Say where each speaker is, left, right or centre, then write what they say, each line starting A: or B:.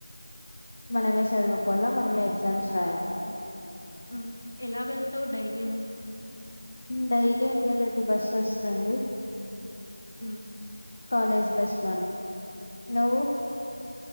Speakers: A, on the left; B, on the left.
A: మనమే చదువుకోవాల మనమే ఎగ్జామ్స్ రాయాల
B: ఉమ్ ఎలా వెళ్తావ్ డైలీ నువ్వు
A: డైలీ ఇంటి దగ్గరకి బస్సు వస్తాంది
B: ఉమ్
A: కాలేజ్ బస్ లోనే నువ్వు